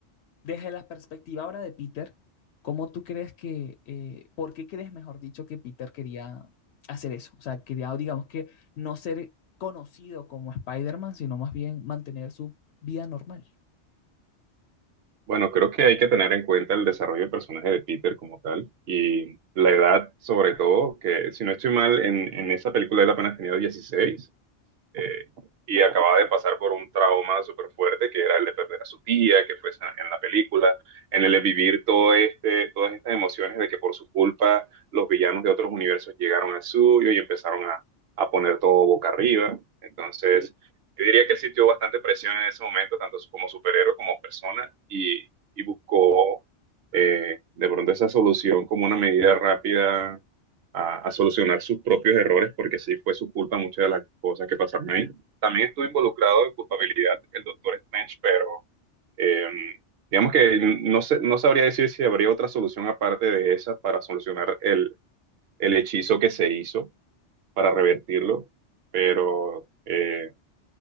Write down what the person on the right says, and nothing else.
Bueno, creo que hay que tener en cuenta el desarrollo del personaje de Peter como tal y la edad sobre todo, que si no estoy mal, en, en esa película él apenas tenía 16 eh, y acababa de pasar por un trauma súper fuerte que era el de perder a su tía, que fue en la película, en el de vivir todo este, todas estas emociones de que por su culpa los villanos de otros universos llegaron al suyo y empezaron a, a poner todo boca arriba. Entonces, yo diría que él sintió bastante presión en ese momento, tanto como superhéroe como persona, y, y buscó eh, de pronto esa solución como una medida rápida a, a solucionar sus propios errores, porque sí fue su culpa muchas de las cosas que pasaron ahí. También estuvo involucrado en culpabilidad el doctor Strange, pero eh, digamos que no sé, no sabría decir si habría otra solución aparte de esa para solucionar el, el hechizo que se hizo, para revertirlo, pero... eh,